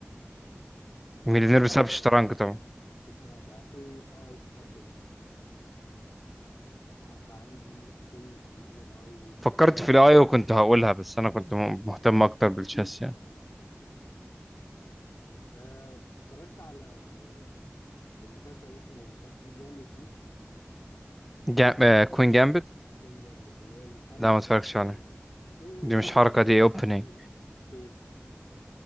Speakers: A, on the left (about 90°); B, in the centre.
A: انا
B: مليونير
A: كنت
B: بسبب
A: هبقى
B: الشطرنج طبعا
A: كنت هبقى اي اي سبيشالست هبقى عندي سكيل الاي اي
B: فكرت
A: programming
B: في الاي وكنت هقولها بس انا كنت م- مهتم اكتر بالتشيس يعني
A: آه، اتفرجت على آه، المسلسل اسمه مش عارف ايه جامد دي
B: جا... آه، كوين جامبت
A: كوين جامبت اللي هي الحركة
B: لا
A: بتاعت
B: ما اتفرجتش
A: الشطرنج
B: عليها
A: <laughs> مم.
B: دي مش حركه دي اوبننج
A: سي- سيف